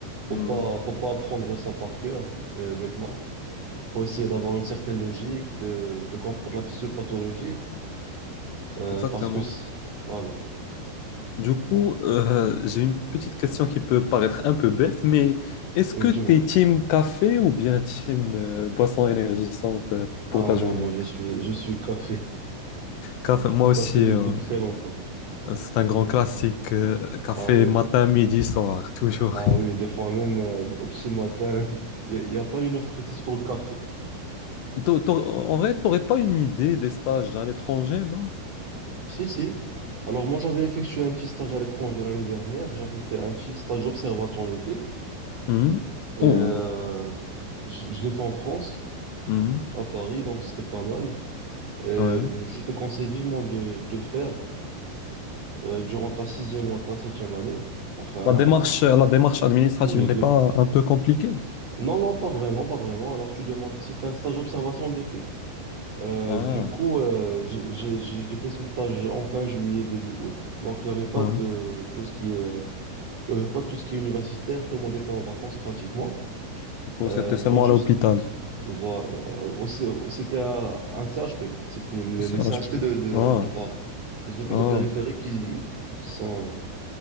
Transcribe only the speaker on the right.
Faut pas, faut pas apprendre ça par cœur, euh, bêtement. Faut essayer d'avoir une certaine logique, de, de comprendre la physiopathologie, euh,
parce que, c'est- voilà.
Oui,
dis-moi.
Ah
non,
moi je suis je suis café.
Café <laughs> depuis
très longtemps.
Ah oui,
ah oui, des fois même euh, au petit matin, <laughs> il n'y a, y a pas une heure précise pour le café.
Si, si. Alors moi j'avais effectué un petit stage à l'étranger l'année dernière, j'avais fait un petit stage d'observation l'été
et
euh, je, je l'ai fait en France,
à Paris, donc c'était pas mal. Et euh,
je te conseille vivement de, de le faire euh, durant ta sixième ou ta septième année, enfin,
euh,
ou les
deux.
Non, non, pas vraiment, pas vraiment. Alors, tu demandes, c'était un stage d'observation d'été. Euh,
du coup, euh, j'ai j'ai- j'ai- j'ai fait ce stage en fin juillet, début août. Donc, il y avait pas
de tout ce qui est, euh, il y avait pas tout ce qui est universitaire. Tout le monde était en vacances pratiquement.
Euh,
faut
juste
voir. euh, aussi- euh, C'était un un CHP. C'était les
les CHP
de, de,
de Paris. Les hôpitaux
périphériques qui, qui, qui sont. euh,